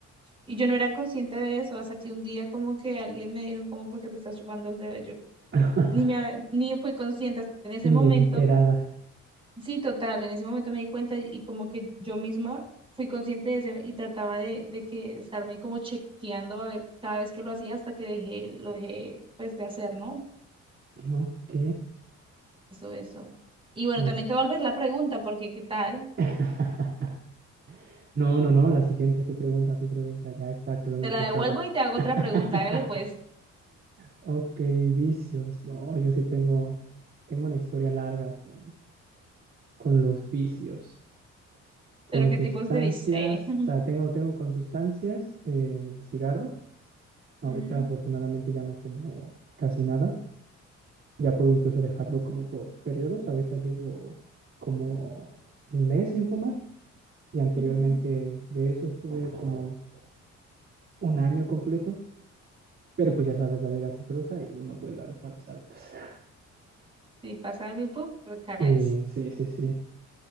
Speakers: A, on the right (about 15°); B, on the right (about 45°).
A: y yo no era consciente de eso, hasta que un día como que alguien me dijo, como, ¿por qué te estás chupando el dedo? Y Yo
B: <laughs>
A: ni me, hab- ni fui consciente en ese
B: Ni
A: momento,
B: enterada.
A: sí, total, en ese momento me di cuenta y, y como que yo misma fui consciente de eso y trataba de, de que estarme como chequeando a ver cada vez que lo hacía hasta que dejé, lo dejé pues de hacer, ¿no?
B: Ok,
A: Eso, eso. Y bueno,
B: muy
A: también
B: bien.
A: te voy a volver la pregunta, porque ¿qué tal?
B: <laughs> No, no, no, la siguiente, tu pregunta, tu pregunta, ya está, quedó en
A: Te
B: el
A: la
B: pasado.
A: devuelvo y te hago
B: <laughs>
A: otra pregunta, hágale pues,
B: Ok, vicios. No, yo sí tengo, tengo una historia larga con, con los vicios. Con
A: pero ¿qué
B: sustancias,
A: tipos de bichos? Eh. <laughs>
B: o sea, tengo, tengo con sustancias el cigarro. Ahorita
A: Ujú,
B: afortunadamente ya no fumo casi nada. Ya puedo incluso dejarlo como por periodos. Ahorita llevo como un mes sin fumar y anteriormente
A: ujú.
B: de eso estuve como un año completo. Pero pues ya sabes, la vida se cruza y uno vuelve a los malos hábitos. <laughs>
A: Si pasa algo y ¡pup! recaes.
B: Eh, sí, sí, sí.